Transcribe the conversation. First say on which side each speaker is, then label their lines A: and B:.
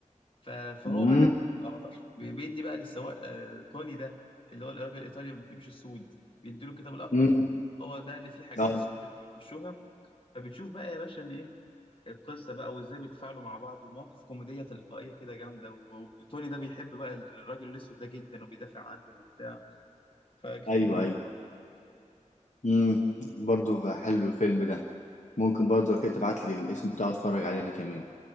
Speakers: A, on the left; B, on the left.
A: ف- فهو
B: امم
A: بقى ده الكتاب الأخضر بي- بيدي بقى للسواق آه، توني ده اللي هو الراجل الإيطالي اللي ما بيحبش السود بيديله الكتاب الأخضر
B: امم
A: هو ده اللي فيه حاجات
B: اه
A: السود اللي بيخشوها فبتشوف بقى يا باشا إن إيه القصه بقى وازاي بيتفاعلوا مع بعض ومواقف كوميديه تلقائيه كده جامده و- وتوني ده بيحب بقى الراجل الاسود ده جدا وبيدافع عنه وبتاع ففيلم
B: ايوه
A: جامد
B: ايوه امم برضه حلو الفيلم ده ممكن برضه كده تبعت لي الاسم بتاعه اتفرج عليه انا كمان